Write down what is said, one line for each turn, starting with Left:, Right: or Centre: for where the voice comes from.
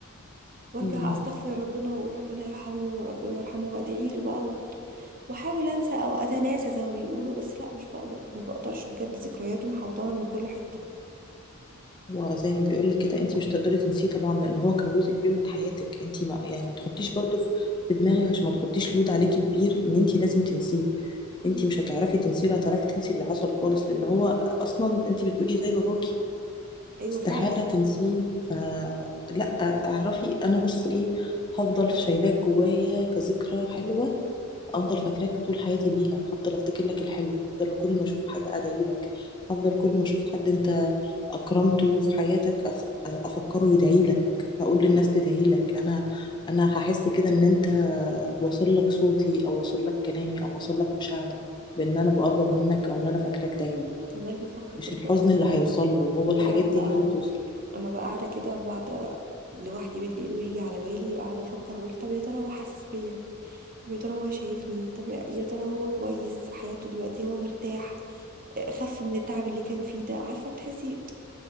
Right: وارجع
Left: مم.
Right: استغفر ربنا واقول ربنا يرحمه ربنا يرحمه وادعي له بقى و... واحاول انسى او اتناسى زي ما بيقولوا بس لا مش بقدر ما بقدرش بجد ذكرياته محوطانه من كل حته
Left: وزي ما بيقولك كده انت مش تقدري تنسيه طبعا لان هو كان جزء كبير من حياتك انت ما يعني ما تحطيش برضه في في دماغك عشان ما تحطيش لود عليكي كبير ان انت لازم تنسيه انت
Right: مم.
Left: مش هتعرفي تنسيه ولا هتعرفي تنسي اللي حصل خالص لان هو اصلا انت بتقولي زي باباكي
Right: ايوه
Left: استحالة
Right: فعلا
Left: تنسيه فلا اعرفي انا بس ايه هفضل شايلاه جوايا كذكرى حلوة افضل فاكراك طول حياتي بيها هفضل افتكر لك الحلو هفضل كل ما اشوف حاجه ادعي لك هفضل كل ما اشوف حد انت اكرمته في حياتك أف... افكره يدعي لك هقول للناس تدعي لك انا انا هحس كده ان انت واصل لك صوتي او واصل لك كلامي او واصل لك مشاعري بان انا بقرب
Right: يعني
Left: منك او ان انا فاكراك دايما
Right: والله بفكر
Left: مش
Right: كده
Left: الحزن
Right: بقول
Left: اللي هيوصل له هو الحاجات
Right: اما ابقى
Left: دي هي اللي توصل
Right: اما ابقى قاعده كده بعد لوحدي بالليل ويجي على بالي اقعد افكر اقول طب يا ترى هو حاسس بيا طب يا ترى هو شايفني طب يا يا ترى هو كويس حياته دلوقتي هو مرتاح خف من التعب اللي كان فيه ده عارفه بتحسي